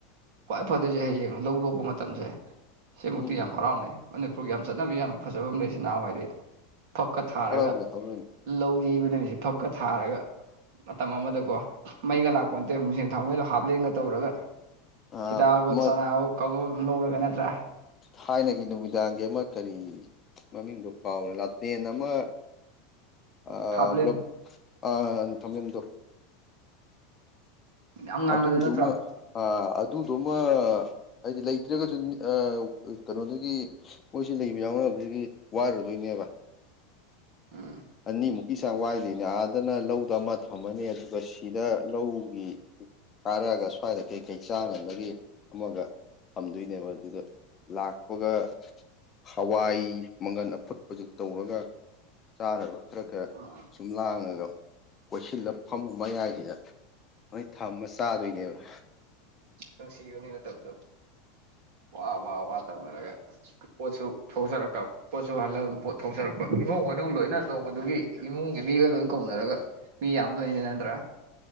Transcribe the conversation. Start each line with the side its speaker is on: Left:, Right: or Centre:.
Right: ꯈ꯭ꯋꯥꯏ ꯐꯗꯣꯏꯁꯦ ꯍꯌꯦꯡ ꯂꯧ ꯂꯣꯛꯄ ꯃꯇꯝꯁꯦ꯫ ꯁꯤꯃꯨꯛꯇꯤ
Left: ꯎꯝ
Right: ꯌꯥꯝ ꯍꯔꯥꯎꯅꯩ ꯃꯅꯤꯄꯨꯔꯒꯤ ꯌꯥꯝ ꯆꯠꯅꯕꯤ ꯌꯥꯝ ꯐꯖꯕ ꯑꯃ ꯂꯩ ꯁꯤ ꯅꯍꯥꯋꯥꯏꯗꯒꯤ꯫ ꯐꯛꯀ ꯊꯥꯔꯒ
Left: ꯍꯔꯥꯎꯅꯦ ꯍꯧꯔꯅꯤ
Right: ꯂꯧ ꯌꯩꯕ ꯅꯨꯃꯤꯠꯁꯦ ꯐꯛꯀ ꯊꯥꯔꯒ ꯃꯇꯝ ꯑꯃꯗꯀꯣ ꯃꯩꯒ ꯂꯥꯛꯄꯣꯟꯇꯦ ꯃꯨꯡꯁꯦꯟ ꯊꯥꯎꯉꯩꯗꯣ ꯍꯥꯞꯂꯦꯟꯒ ꯇꯧꯔꯒ
Left: ꯑ
Right: ꯍꯤꯗꯥꯛꯒ
Left: ꯑꯃ
Right: ꯆꯅꯥꯑꫭ ꯀꯥꯉꯩ ꯉꯧꯔꯒ ꯅꯠꯇ꯭ꯔꯥ꯫
Left: ꯊꯥꯏꯅꯒꯤ ꯅꯨꯃꯤꯗꯥꯡꯒꯤ ꯑꯃ ꯀꯔꯤ ꯃꯃꯤꯡꯗꯨ ꯀꯥꯎꯔꯦ ꯂꯥꯇꯦꯟ ꯑꯃꯥ <unintelligible>
Right: ꯍꯥꯞꯂꯦꯟ ꯌꯥꯝ ꯉꯥꯟꯕꯗꯨ
Left: ꯑꯗꯨꯗꯨꯃ
Right: ꯅꯠꯇ꯭ꯔꯣ
Left: ꯑꯥ ꯑꯗꯨꯗꯨꯃꯥ ꯍꯥꯏꯗꯤ ꯂꯩꯇ꯭ꯔꯒꯁꯨ ꯑꯥ ꯀꯩꯅꯣꯗꯒꯤ ꯑꯈꯣꯏꯁꯤ ꯂꯩꯕ ꯌꯥꯎꯅꯕꯗꯒꯤ ꯋꯥꯔꯨꯗꯣꯏꯅꯦꯕ꯫
Right: ꯎꯝ꯫
Left: ꯑꯅꯤꯃꯨꯛꯀꯤ ꯆꯥꯡ ꯋꯥꯏꯗꯣꯏꯅꯦ ꯑꯥꯗꯅ ꯂꯧꯗ ꯑꯃ ꯊꯝꯃꯅꯤ ꯑꯗꯨꯒ ꯁꯤꯗ ꯂꯧꯒꯤ ꯀꯥꯔꯛꯑꯒꯥ ꯁ꯭ꯋꯥꯏꯗ ꯀꯩꯀꯩ ꯆꯥꯡꯅꯕꯒꯤ ꯑꯃꯒ ꯊꯝꯗꯣꯏꯅꯦꯕ ꯑꯗꯨꯗ ꯂꯥꯛꯄꯒ ꯍꯋꯥꯏ ꯃꯪꯒꯟ ꯑꯐꯨꯠꯄꯁꯨ ꯇꯧꯔꯒ ꯆꯥꯅꯕ ꯈꯔ ꯈꯔ
Right: ꯎꯝ
Left: ꯁꯨꯝ ꯂꯥꯡꯉꯥꯒ ꯀꯣꯏꯁꯤꯜꯂꯒ ꯐꯝꯃ ꯃꯌꯥꯏꯁꯤꯗ ꯂꯣꯏ ꯊꯝꯃꯥ ꯆꯥꯗꯣꯏꯅꯦꯕ꯫
Right: ꯅꯨꯡꯁꯤꯕꯥꯅꯤ ꯃꯇꯝꯗꯣ꯫ ꯋꯥ ꯋꯥ ꯋꯥ ꯇꯧꯅꯔꯒ ꯄꯣꯠꯁꯨ ꯊꯣꯛꯆꯔꯛ ꯄꯣꯠꯁꯨ ꯍꯜꯂꯥ ꯄꯣꯠ ꯊꯣꯛꯆꯔꯛꯄ ꯏꯃꯨꯡ ꯃꯅꯨꯡ ꯂꯣꯏꯅ ꯅꯣꯡꯃꯗꯨꯒꯤ ꯏꯃꯨꯡꯒꯤ ꯃꯤꯒ ꯂꯣꯏ ꯀꯧꯅꯔꯒ ꯃꯤ ꯌꯥꯝꯗꯣꯏꯅꯦ ꯅꯠꯇ꯭ꯔꯥ